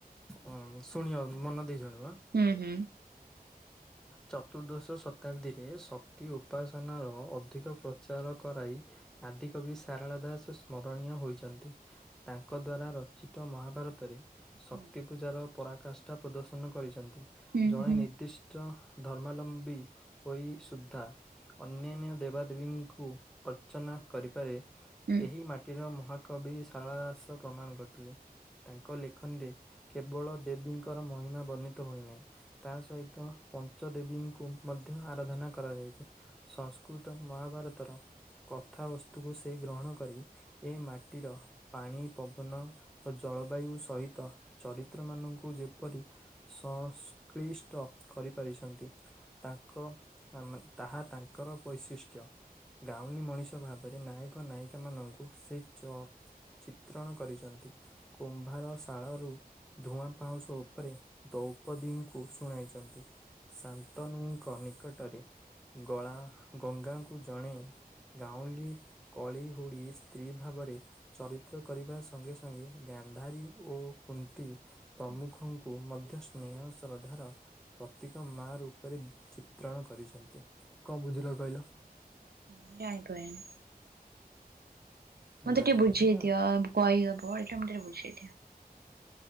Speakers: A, in the centre; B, on the right (about 80°).
A: ହଁ ଶୁଣିବ ମନ ଦେଇ ଶୁଣ
B: ହୁଁ ହୁଁ।
A: ଚତୁର୍ଦ୍ଦଶ ଶତାବ୍ଦୀରେ ଶକ୍ତି ଉପାସନାର ଅଧିକ ପ୍ରଚାର କରାଇ ଆଦିକବି ସାରଳା ଦାସ ସ୍ମରଣୀୟ ହୋଇଛ ନ୍ତି ତାଙ୍କ ଦ୍ୱାରା ରଚିତ ମହାଭାରତରେ ଶକ୍ତି
B: ହୁଁ
A: ପୂଜାର। ପରାକାଷ୍ଠା ପ୍ରଦର୍ଶନ କରିଛନ୍ତି
B: ହୁଁ
A: ଜଣେ
B: ହୁଁ।
A: ନିର୍ଦ୍ଦିଷ୍ଟ। ଧର୍ମାଲମ୍ବୀ ହୋଇ ସୁଦ୍ଧା। ଅନ୍ୟାନ୍ୟ ଦେବାଦେବୀଙ୍କୁ ଅର୍ଚ୍ଚନା କରିପାରେ
B: ହୁଁ
A: ଏହି ମାଟିର ମ କବି ସାରଳାଦାସ ପ୍ରମାଣ କରିଥିଲେ। ତାଙ୍କ ଲେଖନୀରେ କେବଳ ଦେବୀଙ୍କର ମହିମା ବର୍ଣ୍ଣିତ ହୋଇନାହିଁ ତା ସହିତ। ପଞ୍ଚ ଦେବୀଙ୍କୁ ମଧ୍ୟ ଆରାଧନା କରାଯାଇଛି ସଂସ୍କୃତ ମହାଭାରତର ସ କଥାବସ୍ତୁକୁ ସେ ଗ୍ରହଣ କରି ଏ ମା ଟିର ପାଣି ପବନ ଓ ଜଳବାୟୁ ସହିତ ଚରିତ୍ରମାନଙ୍କୁ ଯେପରି। ସଂଶକ୍ଳିଷ୍ଟ କରିପାରିଛନ୍ତି ତାଙ୍କ ମ ତାହା। ତାଙ୍କର ବୈଶିଷ୍ଟ୍ୟ ଗାଉଁଲି ମଣିଷ ଭାବରେ ନାୟକ ନାୟିକା ମାନଙ୍କୁ ସେ ଚ ଚିତ୍ରଣ କରିଛନ୍ତି କୁମ୍ଭାର ଶାଳରୁ। ଧୂଆଁ ପାଉଁଶ ଉପରେ ଦୌପଦୀଙ୍କୁ ଶୁଣାଇଛନ୍ତି ଶାନ୍ତନୁଙ୍କ। ନିକଟରେ। ଗଳା ଗଙ୍ଗାଙ୍କୁ ଜଣେ ଗାଉଁଲି କଳି ହୁଡି ସ୍ତ୍ରୀ ଭାବରେ ଚରିତ୍ର କରିବା ସଙ୍ଗେ ସଙ୍ଗେ ଗାନ୍ଧାରୀ ଓ କୁନ୍ତି।
B: ମୁଁ
A: ପ୍ରମୁଖଙ୍କୁ ମ ଧ ସ୍ନେହ ଶ୍ରଦ୍ଧାର ପ୍ରତୀକ ମା ରୂପରେ ଚିତ୍ରଣ କରିଛନ୍ତି। କଣ ବୁଝିଲ କହିଲ?
B: ମୁଁ ଜାଣି ପାରୁନି। ମତେ
A: ଜାଣିପାରିଲିନି
B: ଟିକେ ବୁଝେଇଦିଅ
A: ଆଉ
B: କହି ହବ ଏଟା ମତେ ଟିକେ ବୁଝେଇଦିଅ।